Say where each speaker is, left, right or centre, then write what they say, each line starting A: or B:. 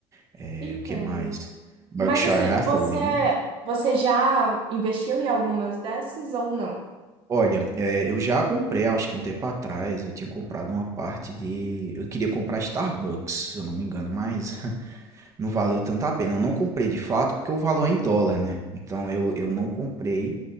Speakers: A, on the right; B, on the right.
A: eh,
B: entendo.
A: o que mais? Berkshire
B: Mas assim,
A: Hathaway,
B: você,
A: né.
B: você já investiu em algumas dessas ou não?
A: Olha, eh, eu já comprei, acho que um tempo atrás, eu tinha comprado uma parte de eu queria comprar Starbucks, se eu não me engano, mas <laughs> não valeu tanto a pena. Eu não comprei de fato, porque o valor é em dólar, né, então eu eu não comprei,